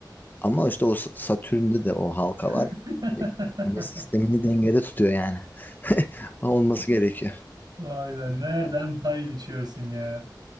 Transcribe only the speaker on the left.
ama işte o S- Satürn'de de o halka
var. Güneş sistemini dengede tutuyor yani. <laughs> Olması gerekiyor.